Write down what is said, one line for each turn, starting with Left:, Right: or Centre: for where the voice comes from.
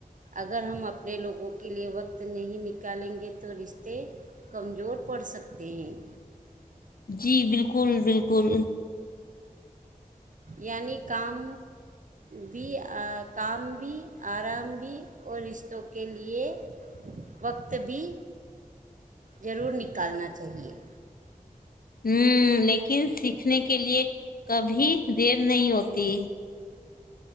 Right: اگر ہم اپنے لوگوں کے لیئے وقت نہیں نکالیں گے تو رشتے کمزور پڑ سکتے ہیں
Left: جی بالکل بالکل
Right: یعنی کام بھی کام بھی آرام بھی اور رشتوں کے لیئے وقت بھی ضرور نکالنا چاہیے
Left: ہ لیکن سیکھنے کے لیئے کبھی دیر نہیں ہوتی